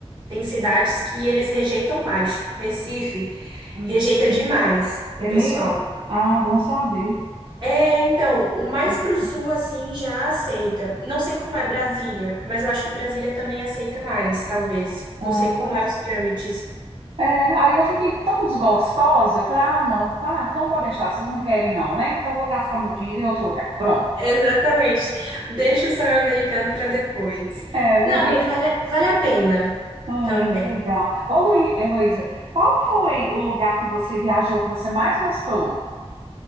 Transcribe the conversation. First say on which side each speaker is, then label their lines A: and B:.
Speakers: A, on the right; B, on the right.
A: tem cidades que eles rejeitam mais, tipo Recife,
B: Hum,
A: rejeita demais o
B: é
A: pessoal.
B: mesmo? Ah, bom saber.
A: É, então, o mais
B: Mas,
A: pro sul assim já aceita. Não sei como é Brasília, mas eu acho que Brasília também aceita mais, talvez.
B: ah,
A: Não sei como
B: pois-
A: é os trâmites.
B: é, aí eu fiquei tão desgostosa, eu falei, ah, não, tá, então pode deixar, vocês não querem não, né? Então eu vou gastar meu dinheiro em outro lugar. Pronto.
A: Exatamente. Deixa o sonho americano para depois.
B: É verdade.
A: Não, mas vale, vale a pena
B: Ah,
A: também.
B: que legal. Ô, Luí- Heloísa, qual foi o lugar que você viajou que você mais gostou?